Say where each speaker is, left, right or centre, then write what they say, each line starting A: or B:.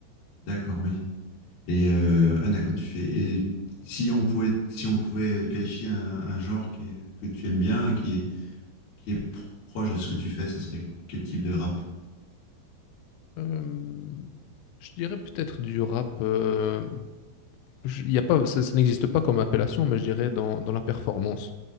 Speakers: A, on the left; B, on the left.
A: D'accord, oui. Et euh, ah, d'accord, tu fais. Et si on pouvait, si on pouvait qualifier un, un genre qui est- que tu aimes bien et qui est, qui est pro- proche de ce que tu fais, ça serait quel type de rap?
B: Euh, je dirais peut-être du rap. euh, je- y a pas, ça, ça n'existe pas comme appellation, mais je dirais dans, dans la performance.